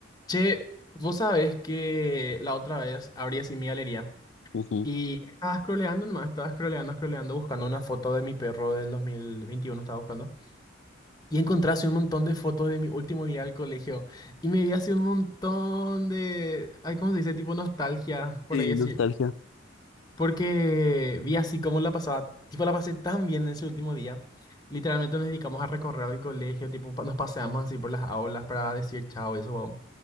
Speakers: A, on the left (about 20°); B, on the left (about 75°).
A: Che, vos sabés que la otra vez abrí así mi galería
B: Ujú.
A: y estaba scrolleando nomás, estaba scrolleando, scrolleando, buscando una foto de mi perro del 2021, estaba buscando. Y encontré así un montón de fotos de mi último día del colegio y me vi así un montón de, ay, ¿cómo se dice? Tipo nostalgia, por
B: Sí,
A: ahí así,
B: nostalgia.
A: porque vi así como la pasaba, tipo la pasé tan bien en ese último día. Literalmente nos dedicamos a recorrer el colegio, tipo pa- nos paseamos así por las aulas para decir chao y eso, wow.